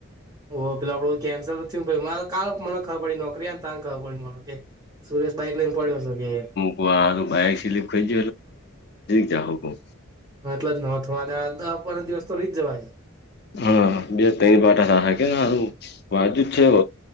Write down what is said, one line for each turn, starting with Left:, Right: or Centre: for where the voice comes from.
Right: ઓહ પેલા આપડું કેન્સલ થયુ પ મા કાલ મને ખબર પડી નોકરી ત ખબર પડી મને. સુરેશ બાઈક લઈને પડ્યો છે કે.
Left: કવા બક સ ખ <inaudible> જ ફ જાું.
Right: હ એટલે જ ન થવા દ પા દિવસ તો રહી જવાય.
Left: હા બે ત બાટાા કે નેારું <inaudible> વાજુ જ છે બ.